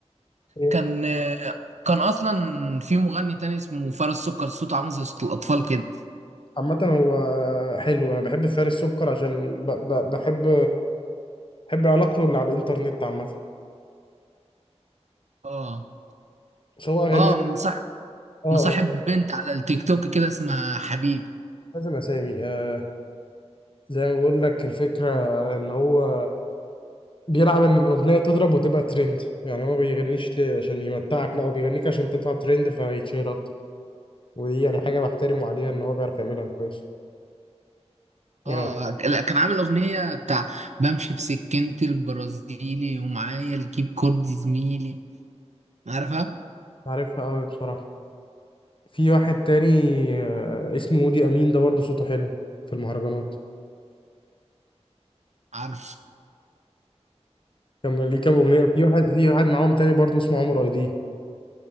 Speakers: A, on the left; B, on the right.
A: إيه.
B: كان آه، كان اصلا في مغني تاني اسمه فارس سكر صوته عامل زي صوت الاطفال كده
A: عامة هو حلو انا بحب فارس سكر عشان ب... ب... بحب بحب علاقته اللي على الانترنت عامة
B: اه
A: بس هو اغانيه
B: اه
A: يعني،
B: صح
A: اه آه،
B: مصاحب بنت على التيك توك كده اسمها حبيب
A: لازم اسامي آه زي ما بقول لك الفكرة ان هو بيلعب ان الاغنية تضرب وتبقى ترند يعني هو ما بيغنيش ل... عشان يمتعك لا هو بيغنيك عشان تطلع ترند فيتشهر اكتر ودي يعني حاجة بحترمه عليها ان هو بيعرف يعملها كويس يعني
B: اه لا، كان عامل اغنية بتاع بمشي بسكينتي البرازيلي ومعايا الكيب كورد زميلي عارفها
A: عارفها قوي بصراحة في واحد تاني آه، اسمه ودي أمين ده برضه صوته حلو في المهرجانات
B: عارف
A: كان ليه كام أغنية في واحد في واحد معاهم تاني برضه اسمه عمر أي دي